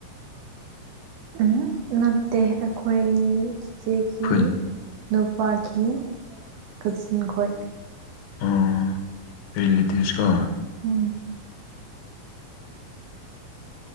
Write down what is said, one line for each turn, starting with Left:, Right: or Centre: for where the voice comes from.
Right: ꯎꯝ ꯅꯠꯇꯦ ꯑꯩꯈꯣꯏ ꯆꯤꯆꯦꯒꯤ
Left: ꯈꯨꯟ
Right: ꯅꯨꯄꯥꯈꯤ ꯀꯥꯖꯤꯟ ꯈꯣꯏ
Left: ꯑꯣ ꯔꯤꯂꯦꯇꯤꯚꯁꯀꯣ
Right: ꯎꯝ